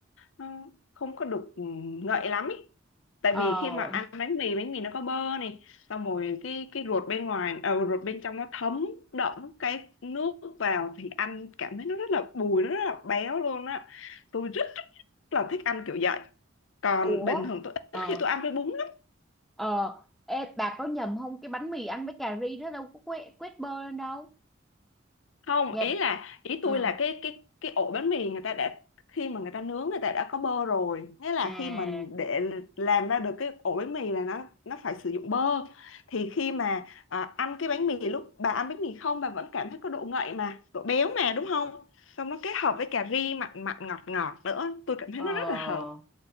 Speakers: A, on the left; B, in the centre.
A: nó không có được ừ, ngậy lắm ý. tại
B: ờ
A: vì khi mà ăn bánh mì bánh mì nó có bơ này xong rồi cái cái ruột bên ngoài ờ, ruột bên trong nó thấm đẫm cái nước vào thì ăn cảm thấy nó rất là bùi nó rất là béo luôn á tôi rất, rất, rất là thích ăn kiểu vậy còn
B: ủa
A: bình thường tôi
B: ờ
A: ít khi tôi ăn với bún lắm
B: ờ ê bà có nhầm không cái bánh mì ăn với cà ri nó đâu có quét quét bơ lên đâu
A: không
B: Dạ.
A: ý là ý tôi
B: Ờ.
A: là cái cái cái ổ bánh mì người ta đã khi mà người ta nướng người ta đã có bơ rồi nghĩa là
B: À.
A: khi mà để làm ra được cái ổ bánh mì là nó nó phải sử dụng bơ thì khi mà à, ăn cái bánh mì lúc bà ăn bánh mì không bà vẫn cảm thấy có độ ngậy mà độ béo mà đúng không xong nó kết hợp với cà ri mặn mặn ngọt ngọt nữa tôi cảm thấy
B: Ờ.
A: nó rất là hợp